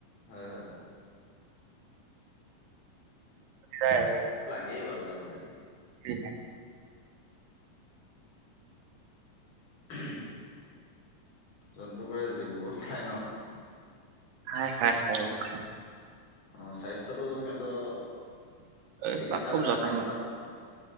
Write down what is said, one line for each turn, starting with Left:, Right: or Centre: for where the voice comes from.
Left: হয় হয়।
Right: তাই আৰু।
Left: দিয়ে বাৰু আজিকালি।
Right: দিলা?
Left: উহুম। জন্তু বোৰে বহুত খাই ন'?
Right: খায়- খায় বহুত খায়।
Left: অহ, স্বাস্থ্যটো সিহঁতৰ
Right: এইবিলাক
Left: চিকিৎসা
Right: খুব
Left: বিলাক
Right: যতন
Left: কেনেকুৱা
Right: লয়
Left: ধৰণৰ